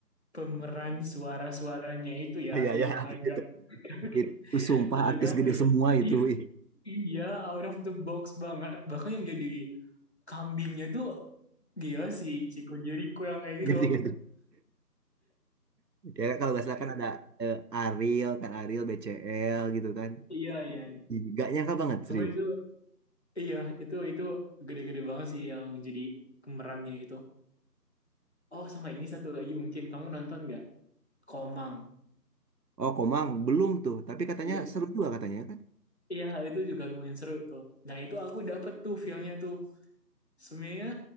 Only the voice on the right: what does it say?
Ah, Iya,
iya, <laughs>
itu,
itu sumpah
artis gede semua itu.
Ih,
iya
sih, iya sih. Ya kalau nggak salah kan ada eh, Ariel, kan Ariel, BCL gitu kan.
Ih, Gak nyangka banget, serius.
Oh, Komang, belum tuh. Tapi katanya
seru juga katanya kan?